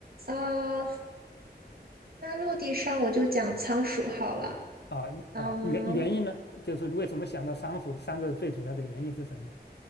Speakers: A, on the right; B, on the left.
A: 啊，那陆地上我就讲仓鼠好了。
B: 啊啊，
A: 嗯，
B: 原原因呢，就是为什么想到仓鼠三个最主要的原因是什么？